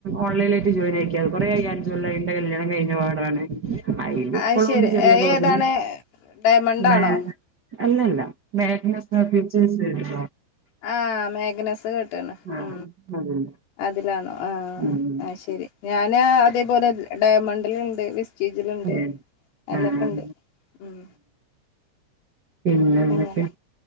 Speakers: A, on the right; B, on the left.
A: ഓൺലൈൻ ട്ട് ജോലിയ്ക്കാവും കുറെ യാൻ ജ്വല്ലയ്ൻ്റെല്യാണ കഴിഞ്ഞ പാടാണ്. അയ്ലിപ്പളു
B: അത് ശരി
A: ഉണ്ട് ചെറിയ തോതില്.
B: ഏതാണ് ഡയമണ്ടാണോ
A: മേ അല്ലല്ല. മേഗ്നസ്ന്ന ഫ്യൂച്ചഴസ് കേട്ടുണോ?
B: ആഹ മേഗ്നസ് കേട്ട്ണ്.
A: ആഹ്
B: ഉ
A: അതന്നെ
B: അതിലാണോ ആഹ
A: ഉം
B: ആ ശരി, ഞനാതേപോലെ ഡയമണ്ടിലുണ്ട്. വിസ് റ്റീജിലുണ്ട്
A: ഏഹ്
B: അയ്ലൊക്ക്ണ്ട്
A: ആഹ്
B: ഉം.
A: പിന്നെന്നൊക്കെ?
B: അങ്ങനെ